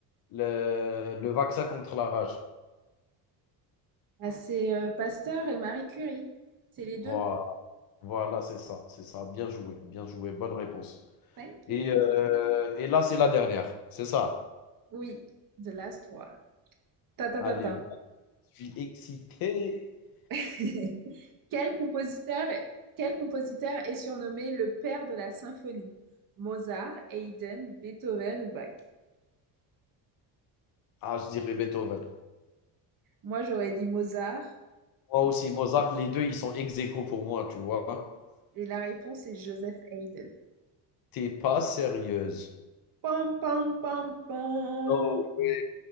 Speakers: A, on the left; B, on the right.
A: le... le vaccin contre la rage?
B: Ah, c'est euh, Pasteur et Marie Curie. C'est les deux.
A: Voilà, voilà, c'est ça, c'est ça. Bien joué, bien joué, bonne réponse.
B: Thank
A: Et,
B: you.
A: euh, et là, c'est la dernière, c'est ça.
B: Oui, the last one. Ta ta
A: Allez,
B: ta ta.
A: je suis excité.
B: <laughs> Quel compositeur, quel compositeur est surnommé le père de la symphonie? Mozart, Haydn, Beethoven ou Bach?
A: Ah, je dirais Beethoven.
B: Moi, j'aurais dit Mozart
A: Moi aussi, Mozart, les deux, ils sont ex aequo pour moi, tu vois.
B: et la réponse est Joseph Haydn.
A: T'es pas sérieuse.
B: Pam pam pam pam.
A: Non, oui,